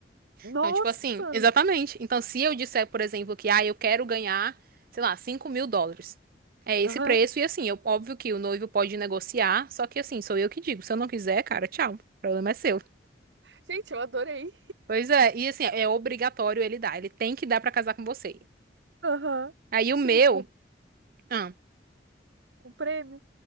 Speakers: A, on the right; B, on the right.
A: nossa.
B: Então, tipo assim, exatamente. Então, se eu disser, por exemplo, que ah, eu quero ganhar, sei lá, cinco mil dólares. É esse
A: Aham.
B: preço, e assim, eu, óbvio que o noivo pode negociar, só que assim, sou eu que digo. Se eu não quiser, cara, tchau. O problema é seu.
A: Gente, eu adorei.
B: Pois é, e assim, é obrigatório ele dar. Ele tem que dar pra casar com você.
A: Aham.
B: Aí
A: Sim,
B: o meu.
A: é tipo.
B: Ah,
A: o prêmio